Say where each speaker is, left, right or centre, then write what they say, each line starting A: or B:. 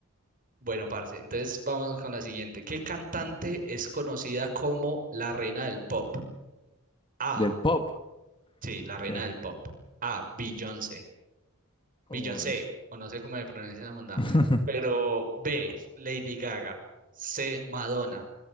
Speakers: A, on the right; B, on the left.
A: Bueno, parce, entonces vamos con la siguiente. ¿Qué cantante es conocida como la reina del pop? A,
B: Del pop.
A: sí, la reina
B: ¿Qué?
A: del pop. A, Beyoncé. Beyoncé,
B: Uy.
A: o no sé cómo se pronuncia la mandada.
B: <laughs>
A: Pero B, Lady Gaga. C, Madonna.